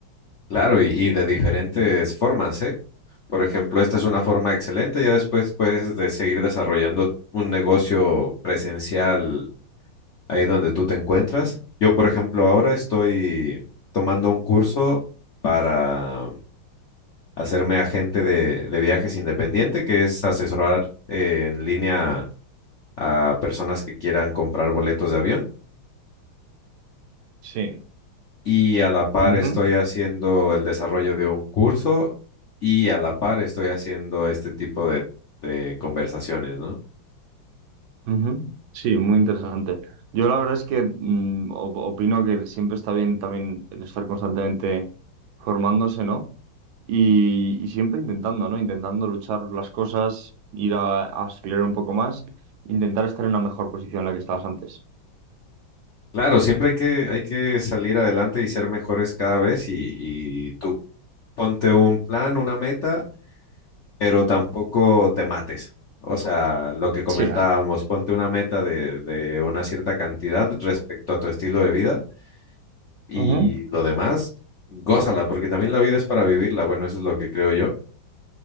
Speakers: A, on the left (about 65°); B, on the right (about 75°).
A: Claro, y, y de diferentes formas, ¿eh? Por ejemplo, esta es una forma excelente, ya después puedes de seguir desarrollando un negocio presencial ahí donde tú te encuentras. Yo, por ejemplo, ahora estoy tomando un curso para hacerme agente de, de viajes independiente, que es asesorar eh, en línea a personas que quieran comprar boletos de avión.
B: Sí.
A: y a la par
B: Ujú,
A: estoy haciendo el desarrollo de un curso y a la par estoy haciendo este tipo de, de conversaciones, ¿no?
B: ujú. Sí, muy interesante. Yo la verdad es que mm, op- opino que siempre está bien también el estar constantemente formándose, ¿no? y, y siempre intentando, ¿no? Intentando luchar las cosas, ir a, a aspirar un poco más, intentar estar en una mejor posición en la que estabas antes.
A: Claro, siempre hay que, hay que salir adelante y ser mejores cada vez y, y tú ponte un plan, una meta, pero tampoco te mates. O sea, lo que comentábamos,
B: Sí.
A: ponte una meta de, de una cierta cantidad respecto a tu estilo de vida y
B: Ujú.
A: lo demás, gózala, porque también la vida es para vivirla. Bueno, eso es lo que creo yo.